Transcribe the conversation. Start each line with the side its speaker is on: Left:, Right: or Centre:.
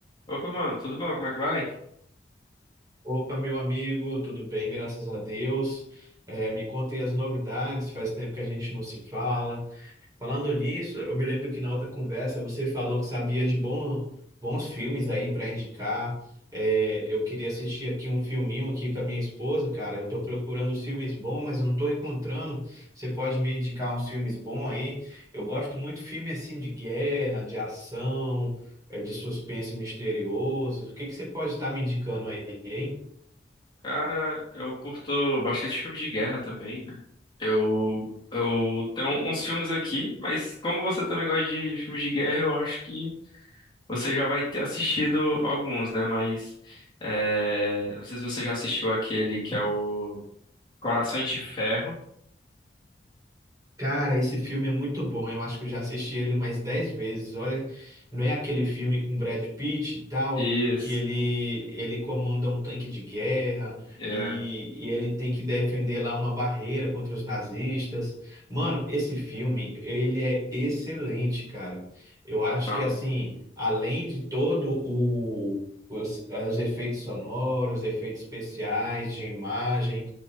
Left: Opa, mano, tudo bom? Como é que vai?
Right: Opa, meu amigo, tudo bem? Graças a Deus. É, me contem as novidades, faz tempo que a gente não se fala. Falando nisso, eu me lembro que na outra conversa você falou que sabia de bom, bons filmes aí para indicar. É, eu queria assistir aqui um filminho aqui com a minha esposa, cara. Eu estou procurando os filmes bons, mas eu não estou encontrando. Você pode me indicar uns filmes bons aí? Eu gosto muito de filme assim de guerra, de ação, é, de suspense misterioso. O que que você pode estar me indicando aí, hein?
Left: Cara, eu curto bastante filme de guerra também, né? Eu, eu tenho uns filmes aqui, mas como você também gosta de, de filmes de guerra, eu acho que você já vai ter assistido alguns, né? Mas é, não sei se você já assistiu aquele que é o Corações de Ferro.
Right: Cara, esse filme é muito bom. Eu acho que eu já assisti ele mais dez vezes. Olha, não é aquele filme com Brad Pitt e tal,
Left: Isso,
Right: que ele, ele comanda um tanque de guerra
Left: é.
Right: e, e ele tem que defender lá uma barreira contra os nazistas. Mano,
Left: Hum,
Right: esse filme, ele é excelente, cara. Eu
Left: Então,
Right: acho que, assim, além de todo o... Os, os efeitos sonoros, efeitos especiais, de imagem,